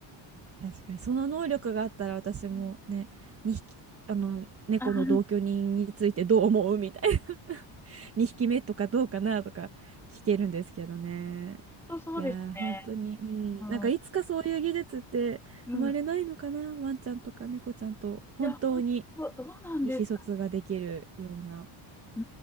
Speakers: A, on the right; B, in the centre.
A: 確かにその能力があったら私もね2匹あの猫の同居人についてどう思うみたいな
B: うんあ、本
A: <laughs> 2匹目とかどうかなとか聞けるんですけどね
B: 当そうですね。
A: いやー本当にうんなんかいつかそういう技術って生まれないのかなワンちゃんとか猫ちゃんと本当に
B: うん。うん。いや、本当、どうなんです
A: 意思疎通ができるような。
B: う